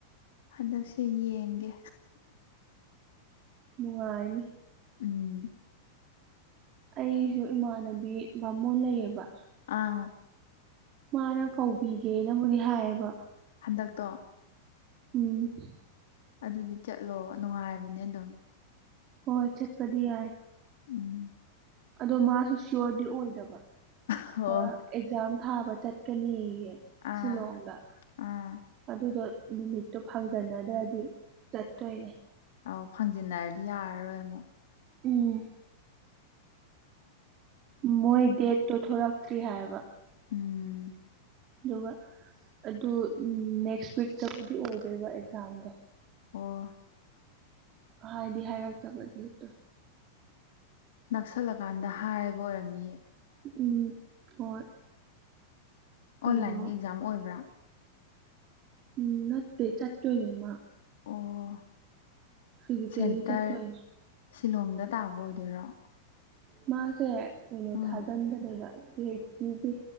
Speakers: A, on the left (about 75°); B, on the right (about 30°).
A: ꯍꯟꯗꯛꯁꯦ ꯌꯦꯡꯒꯦ
B: ꯅꯨꯡꯉꯥꯏꯅꯤ
A: ꯎꯝ
B: ꯑꯩꯁꯨ ꯏꯃꯥꯟꯅꯕꯤ ꯕꯥꯃꯣꯟ ꯂꯩꯌꯦꯕ
A: ꯑꯥ
B: ꯃꯥꯅ ꯀꯧꯕꯤꯒꯦꯅꯕꯨꯗꯤ ꯍꯥꯏꯌꯦꯕ
A: ꯍꯟꯗꯛꯇꯣ
B: ꯎꯝ
A: ꯑꯗꯨꯗꯤ ꯆꯠꯂꯣ ꯅꯨꯡꯉꯥꯏꯕꯅꯦ ꯑꯗꯨꯝ
B: ꯍꯣꯏ ꯆꯠꯄꯗꯤꯏ
A: ꯎꯝ
B: ꯑꯗꯣ ꯃꯥꯁꯨ ꯁꯌꯣꯔꯗꯤ ꯑꯣꯏꯗꯕ
A: ꯍꯣ
B: ꯃꯥ ꯑꯦꯛꯖꯥꯝ ꯊꯥꯕ ꯆꯠꯀꯅꯤꯌꯦ
A: ꯑꯥ
B: ꯁꯤꯂꯣꯡꯗ
A: ꯑꯥ
B: ꯑꯗꯨꯗꯣ ꯅꯨꯃꯤꯠꯇꯣ ꯐꯪꯖꯟꯅꯗ꯭ꯔꯗꯤ ꯆꯠꯇꯣꯏꯅꯦ
A: ꯑꯧ ꯐꯪꯖꯤꯟꯅꯔꯗꯤ ꯌꯥꯔꯔꯣꯏ ꯑꯃꯨꯛ
B: ꯎꯝ ꯃꯣꯏ ꯗꯦꯠꯇꯣ ꯊꯣꯔꯛꯇ꯭ꯔꯤ ꯍꯥꯏꯕ
A: ꯎꯝ
B: ꯑꯗꯨꯒ ꯑꯗꯨ ꯅꯦꯛꯁ ꯋꯤꯛꯇꯕꯨꯗꯤ ꯑꯣꯏꯗꯣꯏꯕ ꯑꯦꯛꯖꯥꯝꯗꯣ
A: ꯑꯣ
B: ꯍꯥꯏꯗꯤ ꯍꯥꯏꯔꯛꯇꯕꯗꯤ ꯍꯦꯛꯇꯣꯏ
A: ꯅꯛꯁꯜꯂꯀꯥꯟꯗ ꯍꯥꯏꯕ ꯑꯣꯏꯔꯝꯅꯤ
B: ꯎꯝ ꯍꯣꯏ ꯀꯩꯅꯣ
A: ꯑꯣꯟꯂꯥꯏꯟꯒꯤ ꯑꯦꯛꯖꯥꯝ ꯑꯣꯏꯕ꯭ꯔꯥ
B: ꯎꯝ ꯅꯠꯇꯦ ꯆꯠꯇꯣꯏꯅꯦ ꯃꯥ
A: ꯑꯣ
B: ꯐꯤꯖꯤꯀꯦꯜꯂꯤ
A: ꯁꯦꯟꯇꯔ
B: ꯆꯠꯇꯣꯏꯅꯦ
A: ꯁꯤꯂꯣꯡꯗ ꯇꯥꯕ ꯑꯣꯏꯗꯣꯏꯔꯣ
B: ꯃꯥꯁꯦ ꯀꯩꯅꯣ
A: ꯎꯝ
B: ꯊꯥꯖꯤꯟꯕꯅꯦꯕ ꯁꯤꯒꯤ